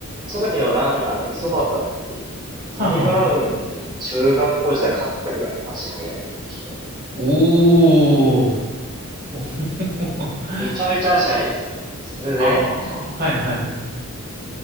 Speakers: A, on the right (about 20°); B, on the right (about 40°).
A: その時のランナーが磯端っていう、サニブラウンに中学校時代勝ったぐらいの足速い選手で。
B: はあ、はあ。おー。<laughs>
A: めちゃめちゃ足早いんですよね。それで、
B: はあ、はいはい。